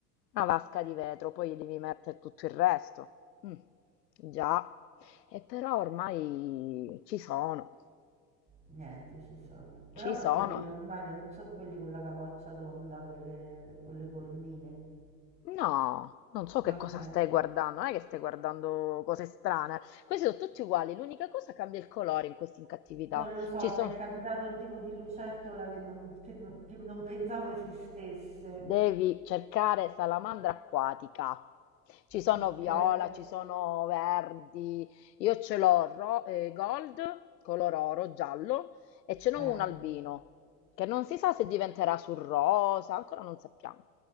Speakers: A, on the left; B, on the right.
A: Una vasca di vetro, poi gli devi mettere tutto il resto. Mm, già, e però ormai ci sono,
B: Niente, ci sono. Però
A: ci
B: sono
A: sono.
B: quelli normali, non so quelli con la capoccia tonda, con le, con le cornine.
A: No, non so che
B: No,
A: cosa
B: ok.
A: stai guardando, non è che stai guardando cose strane. Questi sono tutti uguali, l'unica cosa cambia il colore in questa incattività.
B: Non lo so,
A: Ci sono...
B: mi è capitato un tipo di lucertola che non, che non- che non pensavo esistesse.
A: Devi cercare salamandra acquatica. Ci sono
B: Ok.
A: viola, ci sono verdi. Io ce l'ho ro- eh, gold, color oro, giallo, e ce n'ho
B: Eh,
A: un albino, che non si sa se diventerà sul rosa, ancora non sappiamo.